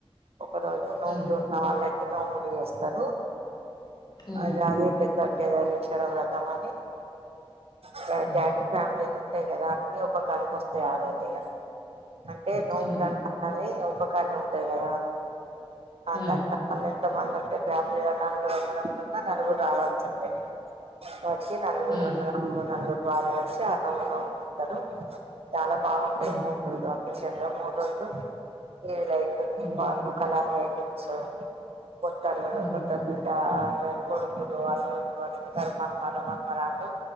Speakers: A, on the right (about 70°); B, on the left (about 40°).
A: ఒక రోజు నోములు
B: ఉమ్,
A: ఉన్న వాళ్లకి నోములు జేస్తారు
B: ఉమ్,
A: అది అది పెద్ద కేెదరశ్వర వ్రతమనీ ఇగ
B: ఉమ్,
A: జాయింట్ ఫ్యామిలీలు ఉంటాయి గదా అన్నీ ఒక్కొక్కడికి వస్తాయి ఆ రోజే ఇగ అంటే నోముతానికి
B: ఉమ్,
A: అది ఉపకార్య ఉంటుంది గదా
B: ఉమ్,
A: తండమ్ మళ్ల ఎంత మంది ఉంటే ఫ్యామిలీగా నాలుగురు నలుగురు అన్నదమ్ములు ఉన్న నలుగురు రావాల్సిందే వచ్చి వచ్చి నలుగురు
B: ఉమ్,
A: అన్నదమ్ములు నలుగురు భార్యలు వచ్చి ఆ నోము నోముకుంటారు చాలా బావుంటాది
B: ఉమ్.
A: మూడు రోజులు ఆఫీషియల్‌గా మూడు రోజులు ఈ లై
B: హ్మ్.
A: దీపాలు కలర్ ఎప్పిచ్చు కొత్త అల్లుడు
B: హ్మ్.
A: కొత్త బిడ్డ కొడుకులు అల్లులు అందరూ మన్నమాలు మన్నరాలు